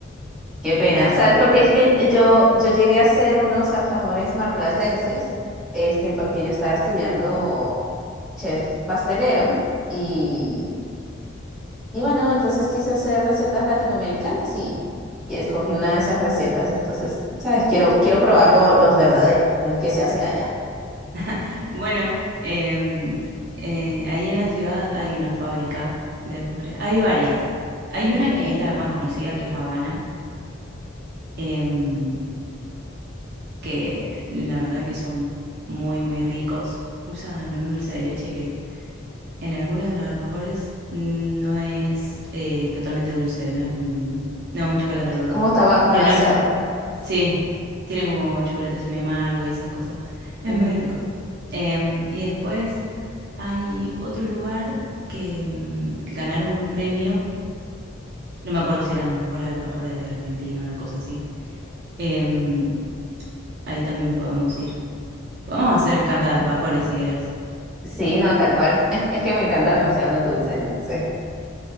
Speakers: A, in the centre; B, on the right (about 55°).
A: Qué pena, ¿sabes? Porque es que yo, yo llegué a hacer unos alfajores marplacenses, este, porque yo estaba estudiando chef pastelero y, y bueno, entonces quise hacer recetas latinoamericanas y, y escogí una de esas recetas, entonces, ¿sabes? Quiero, quiero probar lo- los verdaderos, los que se hacen allá.
B: <laughs> bueno, em, eh, ahí en la ciudad hay una fábrica de alfajores. Hay varias. Hay
A: Okay.
B: una que es la más conocida, que es Habana em, que la verdad que son muy, muy ricos. Usan un dulce de leche que en algunos de los alfajores no es eh, totalmente dulce, no es un, no, un chocolate, perdón.
A: ¿Cómo estaba balanceado?
B: Que no es, sí, tiene como chocolate semi amargo y esas cosas. Es
A: Mm,
B: muy rico. Em, y después hay otro lugar que em, ganaron un premio. No me acuerdo si eran los mejores alfajores de Argentina, una cosa así. Em, ahí también podemos ir Podemos hacer cata
A: Ah,
B: de alfajores si querés.
A: Sí, no, tal cual. <laughs> Es que me encantan demasiado los dulces, entonces,